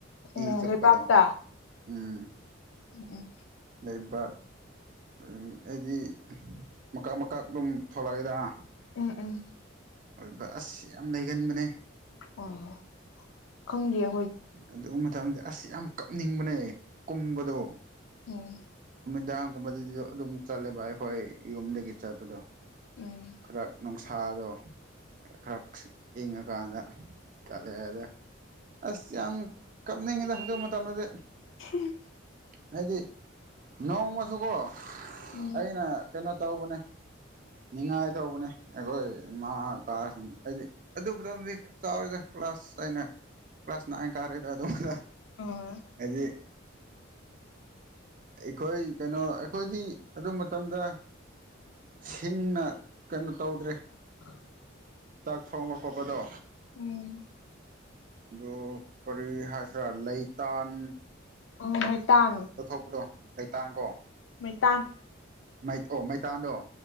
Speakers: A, on the left (about 70°); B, on the right (about 40°).
A: ꯎꯝ
B: ꯏ ꯆꯨꯞꯄꯗꯣ
A: ꯂꯩꯕꯥꯛꯇ
B: ꯎꯝ
A: ꯎꯝ
B: ꯂꯩꯕꯥꯛ ꯑ ꯑꯩꯗꯤ ꯃꯀꯛ ꯃꯀꯛ ꯗꯨꯝ ꯊꯣꯛꯂꯩꯗꯅ
A: ꯎꯝ ꯎꯝ
B: ꯑꯗꯨꯗ ꯑꯁ ꯌꯥꯝ ꯂꯩꯒꯟꯕꯅꯦ
A: ꯑꯣ ꯈꯪꯗꯤꯌꯦ
B: ꯑꯗꯨ ꯃꯇꯝꯗꯤ ꯑꯁ ꯌꯥꯝ ꯀꯞꯅꯤꯡꯕꯅꯦ ꯀꯨꯝꯕꯗꯣ
A: ꯎꯝ
B: <unintelligible> ꯗꯥꯡꯒꯨꯝꯕꯗꯗꯤ ꯑꯗꯨꯝ ꯆꯠꯂꯦꯕ ꯑꯩꯈꯣꯏ ꯌꯨꯝꯗꯒꯤ ꯆꯠꯄꯗꯣ
A: ꯎꯝ
B: ꯈꯔ ꯅꯨꯡꯁꯥꯗꯣ ꯈꯔꯛ ꯏꯪꯉꯀꯥꯟꯗ ꯆꯠꯂꯦ ꯑꯗ ꯑꯁ ꯌꯥꯝ ꯀꯞꯅꯤꯡꯉꯤꯗ ꯑꯗꯨ ꯃꯇꯝꯗꯗꯤ
A: ꯈꯝ
B: ꯍꯥꯏꯗꯤ ꯅꯣꯡꯃꯁꯨꯀꯣ
A: ꯎꯝ
B: ꯑꯩꯅ ꯀꯩꯅꯣ ꯇꯧꯕꯅꯦ ꯅꯤꯉꯥꯏ ꯇꯧꯕꯅꯦ ꯑꯩꯈꯣꯏ ꯏꯃꯥ ꯏꯄꯥꯁꯤꯡꯗ ꯑꯩꯗꯤ ꯑꯗꯨꯕꯗꯝꯗꯗꯤ ꯆꯥꯎꯔꯦꯗ ꯀ꯭ꯂꯥꯁ ꯑꯥꯏꯅꯥ ꯀ꯭ꯂꯥꯁ ꯅꯥꯏꯟ ꯀꯥꯔꯦꯗ ꯑꯗꯨꯃꯦ
A: ꯎꯝ
B: ꯍꯥꯏꯗꯤ ꯑꯩꯈꯣꯏ ꯀꯩꯅꯣ ꯑꯩꯈꯣꯏꯗꯤ ꯑꯗꯨ ꯃꯇꯝꯗ ꯁꯤꯡꯅ ꯀꯩꯅꯣ ꯇꯧꯗ꯭ꯔꯦ
A: ꯑ
B: ꯆꯥꯛ ꯊꯣꯡꯕ ꯈꯣꯠꯄꯗꯣ
A: ꯎꯝ
B: ꯑꯗꯨ ꯀꯔꯤ ꯍꯥꯏꯁꯤ꯭ꯔꯥ ꯂꯩꯇꯥꯟ
A: ꯑ ꯃꯩꯇꯥꯟ
B: ꯗꯣ ꯃꯩꯇꯥꯟꯀꯣ
A: ꯃꯩꯇꯟ
B: ꯃꯩ ꯑꯣ ꯃꯩꯇꯥꯟꯗꯣ